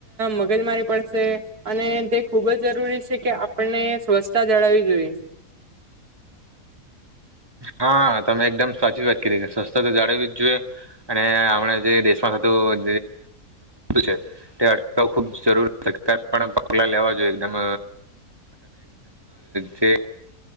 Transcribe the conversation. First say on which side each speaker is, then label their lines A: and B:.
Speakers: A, on the right (about 85°); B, on the right (about 15°).
A: મગજમારી પડશે. અને તે ખૂબ જ જરૂરી છે, કે આપણને સ્વચ્છતા જાળવવી જોઈએ.
B: હા તમે એકદમ સાચી જ વાત કરી, કે સસ્તા તો જાળવવી જ જોઈએ અને આપણા જે દેશમાં થતું છે તે <unintelligible> અટકાવું ખુબ જરૂરી સર પગલા લેવા જોઈએ <unintelligible> એકદમમ જે